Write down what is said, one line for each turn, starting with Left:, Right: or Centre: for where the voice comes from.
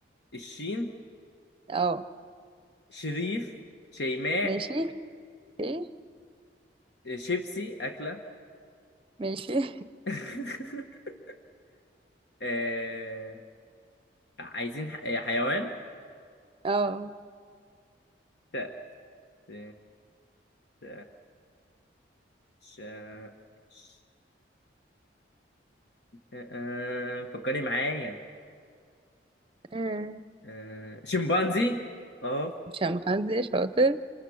Left: الشين
Right: اه
Left: شريف شيماء
Right: ماشي اوكي
Left: شيبسي اكله
Right: ماشي <laughs>
Left: <laughs> آه، عايزين ح... حيوان
Right: اه
Left: ت... ت... ت... ش... ش... آه، آه، فكري معايا
Right: آه،
Left: آه... شمبانزي اه
Right: شمبانزي شاطر